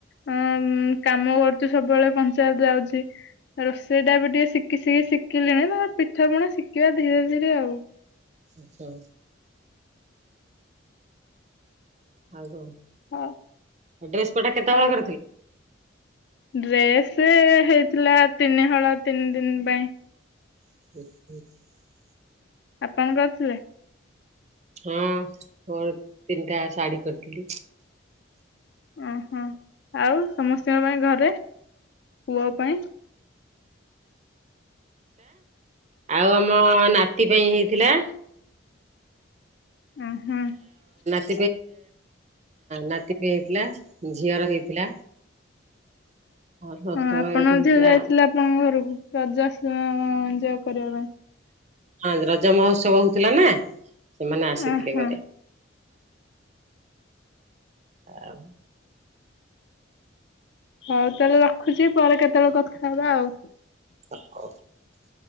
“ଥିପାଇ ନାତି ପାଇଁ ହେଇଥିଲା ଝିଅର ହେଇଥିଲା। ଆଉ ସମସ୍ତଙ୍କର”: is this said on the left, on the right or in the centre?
Right